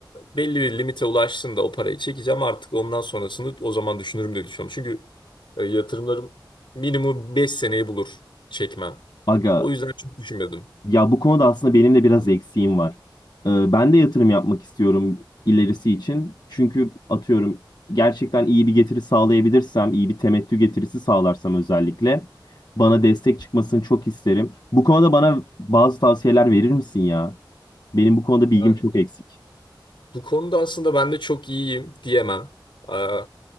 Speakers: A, on the left; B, on the left.
A: belli bir limite ulaştığında o parayı çekeceğim. Artık ondan sonrasını o zaman düşünürüm diye düşünüyorum. Çünkü e, yatırımlarım minimum 5 seneyi bulur çekmem.
B: Aga
A: O yüzden çok düşünmedim.
B: Ya bu konuda aslında benim de biraz eksiğim var. Ee, ben de yatırım yapmak istiyorum ilerisi için. Çünkü atıyorum gerçekten iyi bir getiri sağlayabilirsem, iyi bir temettü getirisi sağlarsam özellikle bana destek çıkmasını çok isterim. Bu konuda bana bazı tavsiyeler verir misin ya? Benim bu konuda bilgim
A: Yani
B: çok eksik.
A: bu konuda aslında ben de çok iyiyim diyemem. Ee,